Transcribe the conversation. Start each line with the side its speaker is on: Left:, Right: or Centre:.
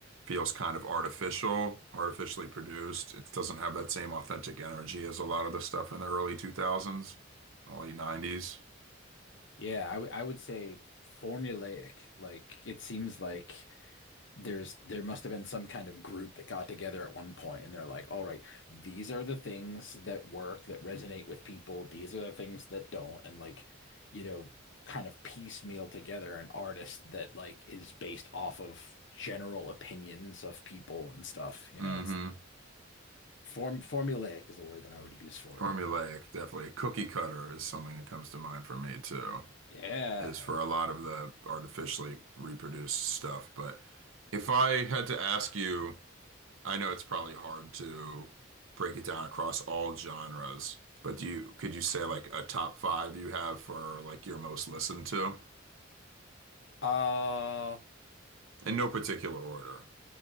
Right: feels kind of artificial, artificially produced. It doesn't have that same authentic energy as a lot of the stuff in the early 2000s, late 90s.
Left: Yeah, I w- I would say formulaic. Like it seems like there's there must have been some kind of group that got together at one point and they're like, all right, these are the things that work, that resonate with people, these are the things that don't, and like, you know, kind of piecemeal together an artist that like is based off of general opinions of people and stuff. You
Right: hmm
Left: know, it's form formulaic is the word that I would use for
Right: Formulaic,
Left: it.
Right: definitely. Cookie cutter is something that comes to mind for me too,
Left: Yeah.
Right: is for a lot of the artificially reproduced stuff. But if I had to ask you, I know it's probably hard to break it down across all genres, but do you could you say like a top five you have for like your most listened to?
Left: Uh,
Right: In no particular order.